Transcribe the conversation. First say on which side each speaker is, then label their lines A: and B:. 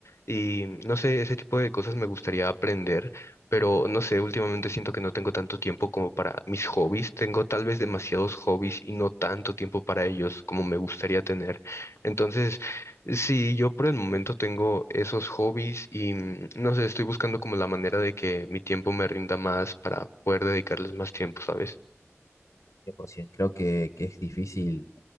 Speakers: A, on the left; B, on the left.
A: y no sé, ese tipo de cosas me gustaría aprender, pero no sé, últimamente siento que no tengo tanto tiempo como para mis hobbies, tengo tal vez demasiados hobbies y no tanto tiempo para ellos como me gustaría tener. Entonces, sí, yo por el momento tengo esos hobbies y mm, no sé, estoy buscando como la manera de que mi tiempo me rinda más para poder dedicarles más tiempo, ¿sabes?
B: 100%. Creo que, que es difícil